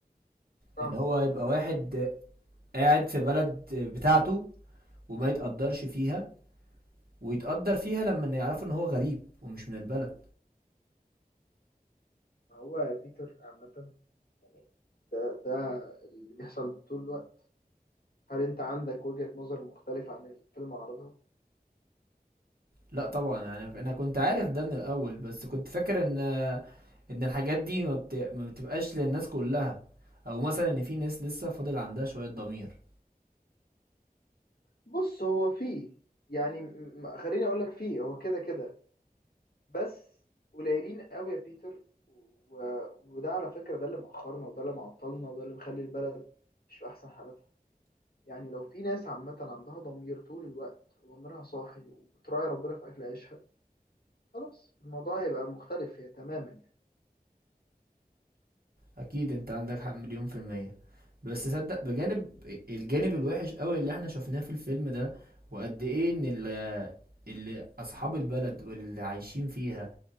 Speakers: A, on the left (about 80°); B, on the right (about 75°).
A: فاهمك
B: ان هو يبقى واحد آه، قاعد في بلد آه، بتاعته وما يتقدرش فيها ويتقدر فيها لما يعرفوا ان هو غريب ومش من البلد
A: ما هو بيتر عامة يعني ده ده اللي بيحصل طول الوقت هل انت عندك وجهة نظر مختلفة عن الفيلم عرضها؟
B: لا طبعا يعني انا كنت عارف ده من الاول بس كنت فاكر ان ان الحاجات دي ما, بت... ما بتبقاش للناس كلها او مثلا ان في ناس لسه فاضل عندها شوية ضمير
A: بص هو فيه يعني م- م- خليني اقول لك فيه هو كده كده بس قليلين قوي يا بيتر و... وده على فكرة ده اللي مأخرنا وده اللي معطلنا وده اللي مخلي البلد مش في احسن حالاتها يعني لو في ناس عامة عندها ضمير طول الوقت وضميرها صاحي وبتراعي ربنا في اكل عيشها خلاص الموضوع هيبقى مختلف يا- تماما يعني
B: اكيد انت عندك حق مليون في المية بس صدق بجانب الجانب الوحش قوي اللي احنا شفناه في الفيلم ده وقد ايه ان ال- اللي اصحاب البلد واللي عايشين فيها